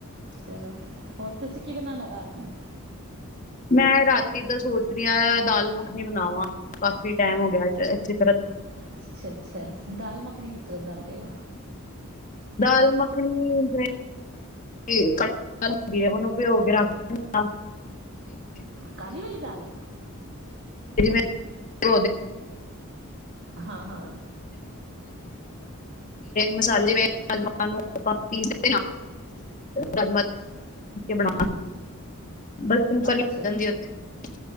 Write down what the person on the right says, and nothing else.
ਚਲੋ ਹੋਰ ਤੁਸੀਂ ਕੀ ਬਣਾਉਣਾ ਰਾਤ ਨੂੰ
ਅੱਛਾ ਅੱਛਾ ਦਾਲ ਮੱਖਣੀ ਕਿਸ ਤਰ੍ਹਾਂ ਬਣਾਉਂਦੇ ਹੋ
ਕਾਲੀ ਵਾਲੀ ਦਾਲ
ਹਾਂ ਹਾਂ
ਅੱਛਾ
ਅੱਛਾ